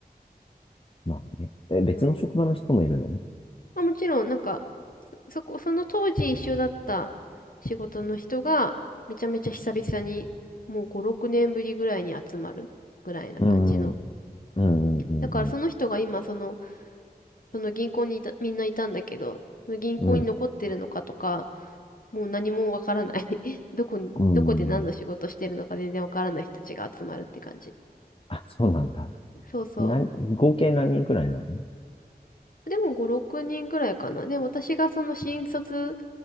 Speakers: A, on the left; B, on the left.
A: まあね。え、別の職場の人もいるのね。
B: うん。まあもちろん、なんか、そ、そこ、その当時一緒だった仕事の人が、めちゃめちゃ久々に、もう5、6年ぶりぐらいに集まるぐらいな感じの。
A: うん。うんうんうん
B: だからその人が今、その、その銀行にいた、みんないたんだけど、その銀行に残ってるのかとか、
A: うん。
B: もう何もわからない <laughs> どこに、
A: うん。うん。
B: どこで何の仕事してるのか全然わからない人たちが集まるって感じ。
A: あ、そうなんだ。
B: そうそう。
A: な、合計何人くらいなの
B: でも5、6人ぐらいかな。でも私がその新卒